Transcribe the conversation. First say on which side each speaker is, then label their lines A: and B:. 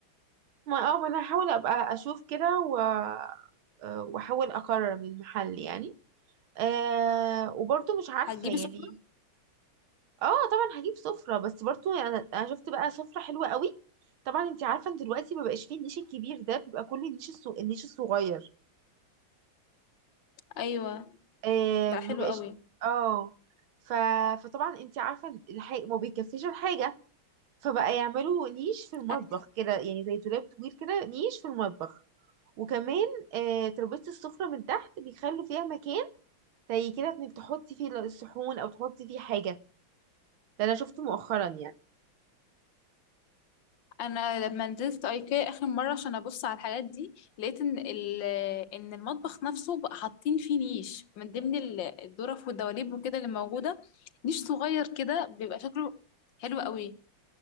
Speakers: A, on the right; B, on the left.
A: ما اه ما انا هحاول ابقى اشوف كده و آه، واحاول اقرر من المحل يعني أه وبرضه مش عارفة
B: هتجيبي
A: يعني
B: سفرة
A: اه طبعا هجيب سفرة بس برضو يعني انا انا شفت بقى سفرة حلوة قوي طبعا انت عارفة ان دلوقتي ما بقاش فيه النيش الكبير ده بيبقى كل النيش الصو... النيش الصغير
B: ايوه
A: آه
B: بقى
A: ما
B: حلو
A: بقاش
B: قوي
A: اه ف... فطبعا انت عارفة الحي... ما بيكفيش الحاجة فبقى يعملوا نيش في المطبخ
B: انا
A: كده يعني زي دولاب طويل كده نيش في المطبخ وكمان آه تربيزة السفرة من تحت بيخلوا فيها مكان زي كده انك تحطي فيه الصحون او تحطي فيه حاجة ده انا شفته مؤخرا يعني
B: أنا لما نزلت ايكيا اخر مره عشان ابص على الحاجات دي لقيت ان ال... ان المطبخ نفسه بقى حاطين فيه نيش من ضمن ال- الدرف والدواليب وكده اللي موجوده نيش صغير كده بيبقى شكله حلو قوي